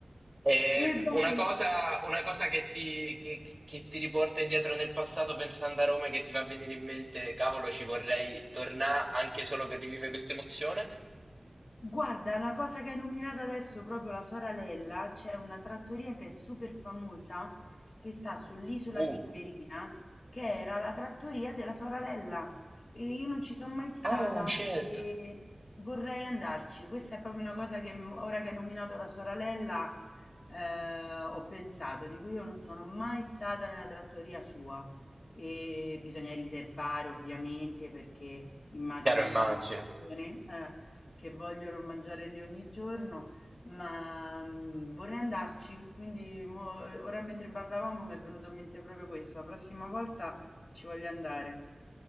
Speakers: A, on the right; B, on the left.
A: E
B: E beh.
A: una cosa, una cosa che ti, che- che ti riporta indietro nel passato pensando a Roma e che ti fa venire in mente, cavolo, ci vorrei tornare anche solo per rivivere questa emozione?
B: Guarda, una cosa che hai nominato adesso, proprio la Soralella, c'è una trattoria che è super famosa, che sta sull'isola
A: Uh,
B: Tiberina, che era la trattoria della Soralella. E io non ci sono mai stata
A: ah, certo.
B: e vorrei andarci. Questa è proprio una cosa che m- ora che hai nominato la Soralella, eh, ho pensato, dico io non sono mai stata nella trattoria sua e bisogna riservare ovviamente perché immagina
A: Chiaro, immagino.
B: quante persone... eh, che vogliono mangiare lì ogni giorno, ma, mhmm, vorrei andarci. Quindi mo ora mentre parlavamo mi è venuto in mente proprio questo, la prossima volta ci voglio andare.